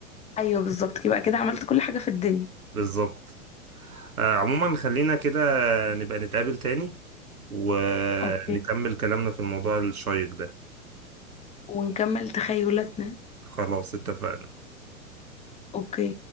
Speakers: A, on the left; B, on the right.
A: ايوه بالظبط يبقى كده عملت كل حاجه في الدنيا
B: بالظبط آه عموما خلينا كده نبقى نتقابل تاني ونكمل
A: اوكي
B: كلامنا في الموضوع الشيق ده
A: ونكمل تخيلاتنا
B: خلاص اتفقنا
A: اوكي